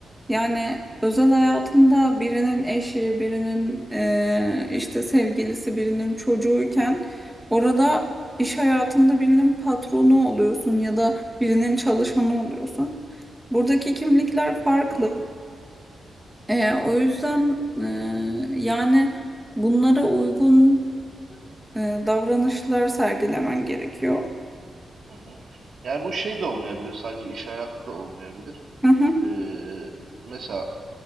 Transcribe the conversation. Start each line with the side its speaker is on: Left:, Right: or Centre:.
Centre: Yani özel hayatında birinin eşi, birinin eee, işte sevgilisi, birinin çocuğuyken orada iş hayatında birinin patronu oluyorsun ya da birinin çalışanı oluyorsun. Buradaki kimlikler farklı.
Right: doğru.
Centre: Eee, o yüzden eee, yani bunlara uygun eee, davranışlar sergilemen gerekiyor.
Right: Hı hı. Yani bu şey de olmayabilir, sadece iş hayatı da olmayabilir.
Centre: Hı hı,
Right: Ee, mesela